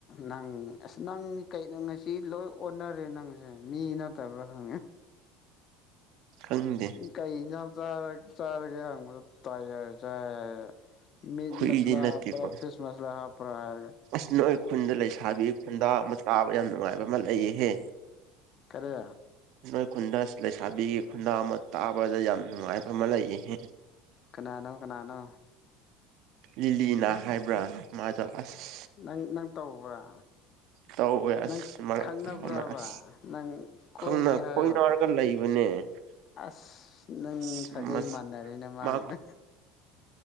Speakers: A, on the left (about 40°); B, on the right (about 60°).
A: ꯅꯪ ꯑꯁ ꯅꯪ ꯀꯩꯅꯣ ꯉꯁꯤ ꯂꯣꯏ ꯑꯣꯟꯅꯔꯦ ꯅꯪꯁꯦ ꯃꯤ ꯅꯠꯇꯕ <unintelligible>
B: ꯈꯪꯗꯦ
A: ꯀꯩ ꯏꯟꯖꯥꯡ ꯆꯥꯔ ꯆꯥꯔꯒꯦ ꯍꯪꯕ <unintelligible> ꯆꯥꯏ ꯍꯥꯏꯌꯦ ꯃꯤꯠ
B: ꯍꯨꯏꯗꯤ
A: ꯃꯁꯂꯥ
B: ꯅꯠꯇꯦꯀꯣ
A: ꯍꯥꯞꯄꯔꯥ ꯐꯤꯁ ꯃꯁꯂꯥ ꯍꯥꯞꯄꯔꯥ ꯍꯥꯏ
B: ꯑꯁ ꯅꯣꯏ ꯈꯨꯟꯗ ꯂꯩꯁꯥꯕꯤ ꯈꯨꯟꯗꯥ ꯑꯃ ꯇꯥꯕ ꯌꯥꯝ ꯅꯨꯡꯉꯥꯏꯕ ꯑꯃ ꯂꯩꯌꯦꯍꯦ
A: ꯀꯔꯤ
B: ꯅꯣꯏ ꯈꯨꯟꯗ ꯂꯩꯁꯥꯕꯤꯒꯤ ꯈꯨꯟꯗꯥ ꯑꯃ ꯇꯥꯕꯗ ꯌꯥꯝ ꯅꯨꯡꯉꯥꯏꯕ ꯑꯃ ꯂꯩꯌꯦꯍꯦ
A: ꯀꯅꯥꯅꯣ ꯀꯅꯥꯅꯣ
B: ꯂꯤꯂꯤꯅꯥ ꯍꯥꯏꯕ꯭ꯔꯥ ꯃꯥꯗꯣ ꯑꯁ
A: ꯅꯪ ꯅꯪ ꯇꯧꯕ꯭ꯔꯥ
B: ꯇꯧꯋꯦ ꯑꯁ
A: ꯅꯪ
B: ꯃꯔꯛ
A: ꯈꯪꯅꯕ꯭ꯔꯕ
B: ꯑꯃ ꯑꯁ
A: ꯅꯪ ꯀꯣꯏꯒꯦ
B: ꯈꯪꯅ
A: ꯍꯥꯏꯔꯣ
B: ꯀꯣꯏꯅꯔꯒ ꯂꯩꯕꯅꯦ <unintelligible>
A: ꯑꯁ ꯅꯪ
B: ꯑꯁ
A: ꯁꯥꯒꯩ
B: ꯃꯁ
A: ꯃꯥꯟꯅꯔꯦꯅꯦ ꯃꯥꯥꯒ
B: ꯃꯥ